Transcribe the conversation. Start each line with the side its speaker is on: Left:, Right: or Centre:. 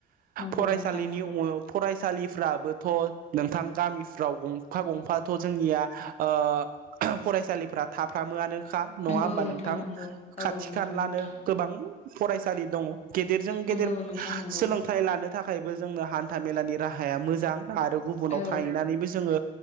Left: नंगौ
Right: फरायसालिनि
Left: नोंथां नंगौ
Right: फरायसालिफ्राबो थ' नोंथां गामिफ्राव गंफा गंफाथ' जोंनिया ओ फरायसालिफ्रा थाफ्रामोआनो खा नङा
Left: नंगौ
Right: होमबा नोंथां
Left: नंगौ
Right: खाथि
Left: औ नंगौ
Right: खाानलानो
Left: नोंथां
Right: गोबां फरायसालि दङ गेदेरजों
Left: नंगौ
Right: गेदेर
Left: नोंथां नंगौ
Right: सोलोंथाइ लानो थाखाय जोंनो हान्था मेलानि राहाया मोजां आरो गुबुनाव
Left: औ
Right: थाहैनानैबो जोङो